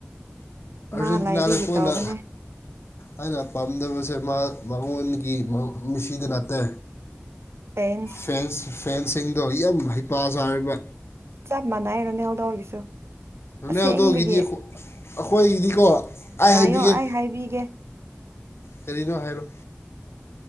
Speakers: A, on the left (about 70°); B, on the right (about 80°).
A: ꯑꯥꯔꯖꯦꯟꯇꯤꯅꯥꯗ
B: ꯃꯥ ꯂꯥꯏꯕꯤꯒꯤ
A: ꯀꯣꯟꯅ
B: ꯇꯥꯎꯕꯅꯦ
A: ꯑꯩꯅ ꯄꯥꯝꯖꯕꯁꯦ ꯃꯥ ꯃꯉꯣꯟꯒꯤ ꯃꯤꯁꯤꯗ ꯅꯠꯇꯦ
B: ꯄꯦꯟ
A: ꯐꯦꯟꯁ ꯐꯦꯟꯁꯤꯡꯗꯣ ꯌꯥꯝ ꯍꯩꯄꯥ ꯆꯥꯔꯤꯕ
B: ꯆꯥꯞ ꯃꯅꯥꯏꯔ ꯔꯣꯅꯥꯜꯗꯣ ꯒꯤꯁꯨ
A: ꯔꯣꯅꯥꯜꯗꯣꯒꯤꯗꯤ
B: ꯑꯁꯦꯡꯕꯒꯤ
A: ꯑꯩꯈꯣꯏꯒꯤꯗꯤꯀꯣ ꯑꯩ
B: ꯉꯥꯏꯌꯣ
A: ꯍꯥꯏꯕꯤꯒꯦ
B: ꯑꯩ ꯍꯥꯏꯕꯤꯒꯦ
A: ꯀꯔꯤꯅꯣ ꯍꯥꯏꯔꯣ